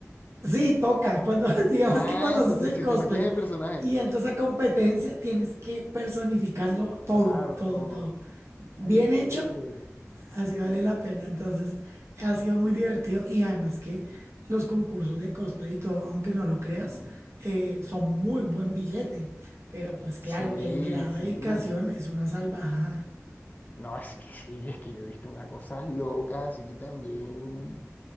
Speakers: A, on the right (about 55°); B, on the left (about 30°).
A: Sí, toca. Cuando, <laughs> digamos
B: Ah,
A: que cuando
B: o sea,
A: haces
B: tú-
A: el
B: si
A: cosplay
B: te metes en el personaje.
A: y entras a competencia, tienes que personificarlo todo,
B: Claro,
A: todo,
B: todo.
A: todo. Bien
B: Ay, qué chévere.
A: hecho, así vale la pena. Entonces, ha sido muy divertido y además que los concursos de cosplay y todo, aunque no lo creas,
B: Ujú.
A: eh, son muy buen billete. Pero pues
B: Sí,
A: claro, el grado
B: sí.
A: de dedicación es una salvajada.
B: No, es que sí, es que yo he visto unas cosas locas, así que también